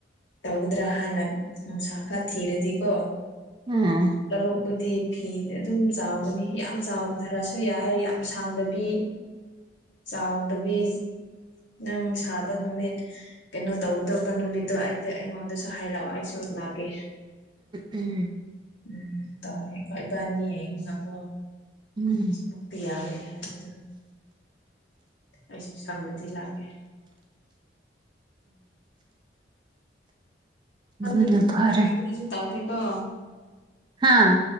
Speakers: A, on the left; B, on the right.
A: ꯇꯧꯗ꯭ꯔꯥ ꯍꯥꯟꯅ ꯅꯨꯡꯁꯥ ꯈꯔ ꯊꯤꯔꯗꯤꯀꯣ
B: ꯑꯥ
A: ꯇꯔꯣ ꯕꯨꯗꯤ ꯐꯤ ꯑꯗꯨꯝ ꯆꯥꯎꯒꯅꯤ ꯌꯥꯝ ꯆꯥꯎꯗ꯭ꯔꯁꯨ ꯌꯥꯏ ꯌꯥꯝ ꯁꯥꯡꯗꯕꯤ ꯆꯥꯎꯗꯕꯤ ꯅꯪ ꯁꯥꯕ ꯅꯨꯃꯤꯠ ꯀꯩꯅꯣ ꯇꯧꯗꯕ ꯅꯨꯃꯤꯠꯇꯣ ꯑꯩꯗꯤ ꯑꯩꯉꯣꯟꯗꯁꯨ ꯍꯥꯏꯔꯛꯑꯣ ꯑꯩꯁꯨ ꯂꯥꯛꯀꯦ
B: ꯎꯝ
A: ꯎꯝ ꯇ ꯈꯣꯏ ꯏꯕꯥꯅꯤ ꯍꯕꯨꯣ
B: ꯎꯝ
A: ꯁꯃꯄꯤ ꯌꯥꯒꯅꯤ ꯍꯥꯏꯗ ꯑꯩꯁꯨ ꯁꯪꯕꯗꯤ ꯂꯥꯛꯀꯦ ꯀꯔꯤꯁꯨ
B: ꯎꯝ ꯅ ꯐꯔꯦ
A: ꯇꯧꯗꯦꯀꯣ
B: ꯍꯥꯥ